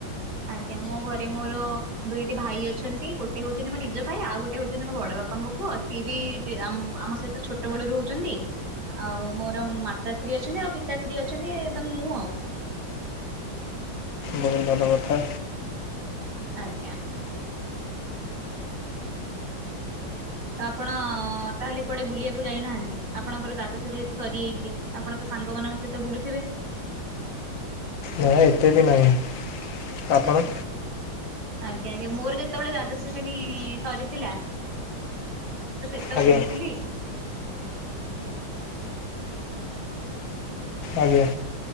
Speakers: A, on the right; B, on the left.
A: ଆଜ୍ଞା ମୋ ଘରେ ମୋର ଦୁଇଟି ଭାଇ ଅଛନ୍ତି ଗୋଟେ ହଉଛନ୍ତି ମୋ ନିଜ ଭାଇ ଆଉ ଗୋଟେ ହଉଛନ୍ତି ମୋ ବଡ ବାପାଙ୍କ ପୁଅ ହ ସିଏ ବି ଆମ ସହିତ ଛୋଟ ବେଳୁ ରହୁଚନ୍ତି। ଆଉ ମୋର ମାତାଶ୍ରୀ ଅଛନ୍ତି ଆଉ ପିତାଶ୍ରୀ ଅଛନ୍ତି ଏବଂ ମୁଁ ଆଉ।
B: ବହୁତ ଭଲ କଥା
A: ଆଞା। ତ ଆପଣ ତାହେଲେ କୁଆଡେ ବୁଲିବାକୁ ଯାଇନାହାନ୍ତି? ଆପଣଙ୍କର ଦ୍ଵାଦଶ ଯେହେତୁ ସରିଯାଇଛି। ଆପଣ ତ ସାଙ୍ଗ ମାନଙ୍କ ସହିତ ବୁଲୁଥିବେ?
B: ନାଇ ଏତେ ବି ନାହିଁ। ଆପଣ?
A: ଆଜ୍ଞା ଆଜ୍ଞା ମୋର ଯେତେବେଳେ ଦ୍ୱାଦଶ ଶ୍ରେଣୀ ସରିଥିଲା। ତ ସେତେବେଳେ
B: ଆଜ୍ଞା।
A: ବୁଲଥିଲି।
B: ଆଜ୍ଞା।